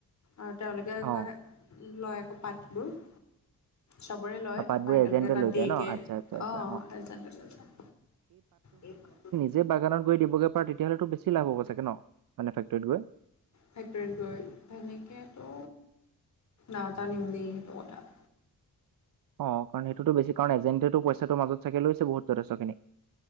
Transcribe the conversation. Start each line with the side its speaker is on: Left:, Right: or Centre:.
Left: আৰু তেওঁলোকে এক
Right: অ
Left: হয় লয় আকৌ পাতবোৰ চবৰে লয়
Right: পাতবোৰ
Left: তাপা একেলগে
Right: এজেণ্টে
Left: তাত
Right: লৈ
Left: দিয়ে
Right: যায় ন
Left: গে
Right: আচ্ছা আচ্ছা আচ্ছা
Left: অ হেল চেণ্টাৰ লৈ যায় <unintelligible>
Right: যে বাগানত গৈ দিবগৈ পাৰে তেতিয়া হ'লেতো বেছি লাভ হ'ব চাগে ন মানে ফেক্টৰী গৈ
Left: ফেক্টৰীত গৈ সেনেকেতো নাজানিম দেই সেইটো কথা।
Right: অ কাৰণ সেইটো বেছি কাৰণ এজেণ্টেটো পইচাটো মাজত চাগে লৈছে বহুত যথেষ্টখিনি।